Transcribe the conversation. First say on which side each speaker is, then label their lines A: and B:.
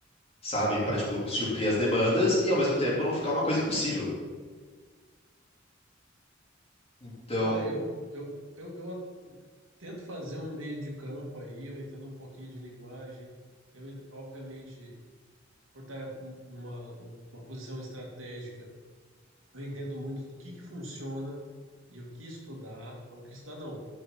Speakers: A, on the left; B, on the right.
A: sabe? Para,
B: Aham,
A: tipo, suprir
B: sim.
A: as demandas e ao mesmo tempo não ficar uma coisa impossível. Então,
B: Tá, eu, eu, eu, eu a- tento fazer um meio de campo aí, eu entendo um pouquinho de linguagem. Eu, obviamente, por estar numa, numa posição estratégica, eu entendo muito do que que funciona e o que estudar, o que estudar não,